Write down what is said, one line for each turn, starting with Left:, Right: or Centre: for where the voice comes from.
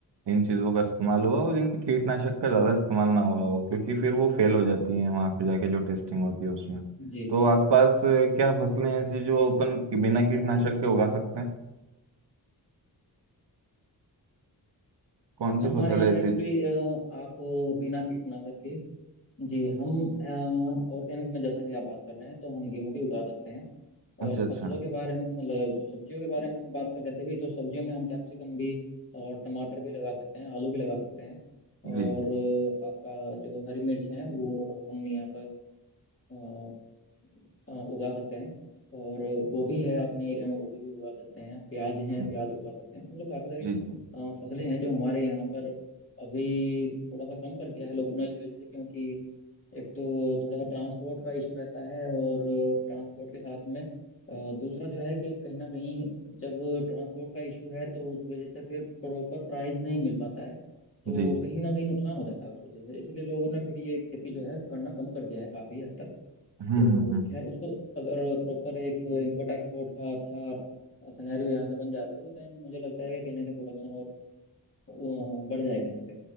Right: इन चीज़ों का इस्तेमाल हुआ और जिन पे कीटनाशक का ज़्यादा इस्तेमाल ना हुआ हो क्योंकि फिर वो फेल हो जाती हैं वहाँ पे जाके जो टेस्टिंग होती है उसमें
Left: जी
Right: तो आसपास अ, क्या फसलें ऐसी जो अपन कि- बिना कीटनाशक
Left: अच्छा अच्छा
Right: के उगा सकते हैं कौन सी
Left: हमारे
Right: फसल
Left: यहाँ
Right: है
Left: पे
Right: ऐसी
Left: एक्चुअली आप बिना कीटनाशक के जी हम ऑर्गेनिक में जैसा कि आप बात कर रहे हैं तो हम गेहूं भी उगा सकते हैं
Right: अच्छा
Left: और
Right: अच्छा
Left: फसलों के बारे में मतलब जो सब्जियों के बारे में हम बात कर रहे थे भी तो सब्जियों में हम कैप्सिकम भी और टमाटर भी लगा सकते हैं आलू भी लगा सकते हैं और
Right: जी
Left: अ, आपका जो हरी मिर्च है वो हम यहाँ पर अ, अ, उगा सकते हैं और गोभी है अपने एरिया में गोभी भी उगा सकते हैं प्याज है
Right: जी
Left: प्याज उगा सकते हैं मतलब काफ़ी सारी
Right: जी जी
Left: अ, फसलें हैं जो हमारे यहाँ पर अभी थोड़ा सा कम कर दिया है लोगों ने इस वजह से क्योंकि एक तो थोड़ा सा ट्रांसपोर्ट का इशू रहता है और ट्रांसपोर्ट के साथ में अ, दूसरा जो है कि कहीं ना कहीं जब ट्रांसपोर्ट का इशू है तो उस वजह से फिर प्रॉपर प्राइस नहीं मिल पाता है तो
Right: जी
Left: कहीं ना कहीं नुकसान हो जाता है उस वजह से इसलिए लोगों ने फिर ये खेती जो है करना कम कर दिया है काफ़ी हद तक
Right: हम्म
Left: तो
Right: हम्म हम्म।
Left: खैर उसको अगर प्रॉपर एक इंपोर्ट एक्सपोर्ट का अच्छा सिनेरियो यहाँ से बन जाता है तो देन मुझे लगता है कि कहीं ना कहीं प्रोडक्शन और वो बढ़ जाएगा यहाँ पे